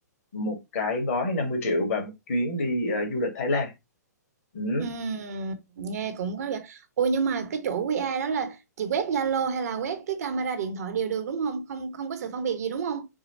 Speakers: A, on the left; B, on the right.
A: một cái gói 50 triệu và một chuyến đi ờ, du lịch Thái Lan Ừ.
B: Ừm, nghe cũng có vẻ ôi nhưng mà cái chỗ QR đó là chị quét Zalo hay là quét cái camera điện thoại đều được đúng không không không có sự phân biệt gì đúng không